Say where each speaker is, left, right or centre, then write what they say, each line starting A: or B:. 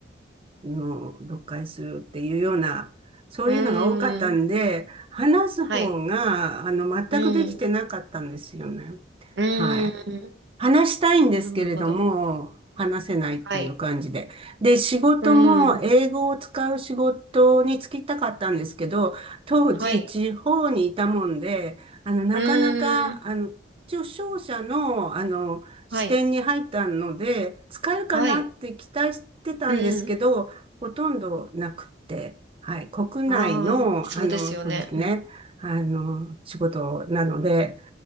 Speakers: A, on the right; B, on the right.
A: の、読解するっていうような、そういうのが多かったんで、
B: うーん、
A: 話す方が、
B: はい。
A: あの、全くできてなかったんですよね。
B: うーん、うーん、
A: はい。話したいんですけれども、
B: なるほど。
A: 話せないという感じで。
B: はい。
A: で、仕事も英語を使う仕事に就きたかったんですけど、
B: うーん、
A: 当時地方にいたもんで、
B: はい。
A: あの、なかなか、
B: うーん、
A: あの、一応商社の、あの、視点に入ったので、
B: はい。
A: 使えるかなって期待してたんですけど、
B: はい。うーん、
A: ほとんどなくて、はい、国内の、
B: ああ、そうですよね。
A: あの、そうですね、
B: うん、
A: あの、仕事なので、